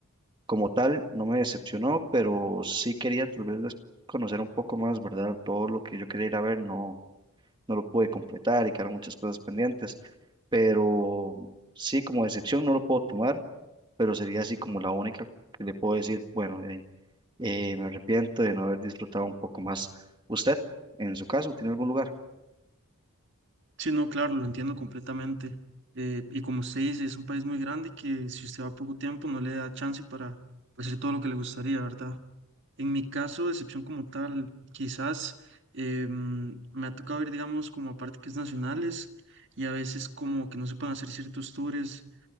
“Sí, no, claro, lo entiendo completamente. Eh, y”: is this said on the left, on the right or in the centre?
Right